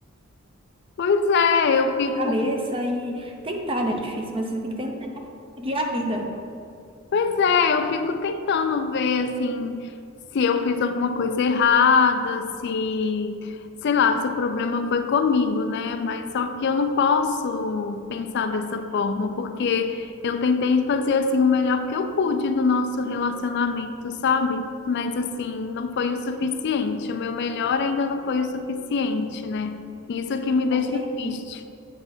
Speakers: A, on the left; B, on the right.
A: pois é, eu fico,
B: a cabeça e tentar, né? É difícil, mas você tem que tentar seguir a vida.
A: pois é, eu fico tentando ver assim se eu fiz alguma coisa errada, se, sei lá, se o problema foi comigo, né? Mas só que eu não posso pensar dessa forma, porque eu tentei fazer assim o melhor que eu pude do nosso relacionamento, sabe? Mas assim, não foi o suficiente. O meu melhor ainda não foi o suficiente, né? Isso que me
B: Com
A: deixa
B: certeza.
A: triste.